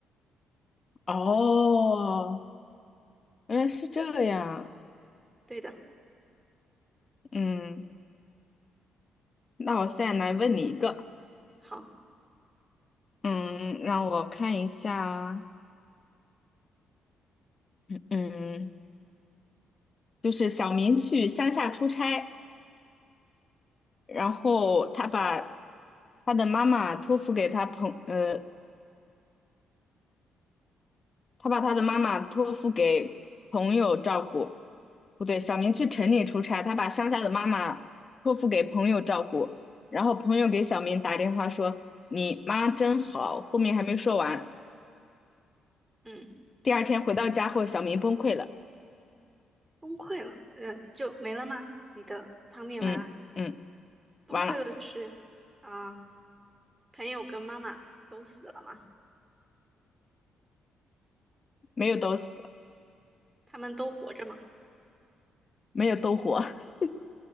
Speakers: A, on the left; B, on the right.
A: 哦，原来是这样，
B: 对的，
A: 嗯。那我现在来问你一个，
B: 好，
A: 嗯，让我看一下，嗯，就是小明去乡下出差，然后他把他的妈妈托付给他朋，呃，他把他的妈妈托付给朋友照顾，不对，小明去城里出差，他把乡下的妈妈托付给朋友照顾，然后朋友给小明打电话说你妈真好，
B: 嗯
A: 后面还没说完，
B: 嗯。
A: 第二天回到家后，小明崩溃了，
B: 崩溃了，呃，就没了吗？你的汤面完了，
A: 嗯嗯，
B: 崩溃了是啊、
A: 完了。
B: 朋友跟妈妈都死了吗？
A: 没有都死，
B: 他们都活着吗？
A: 没有都活。<laughs>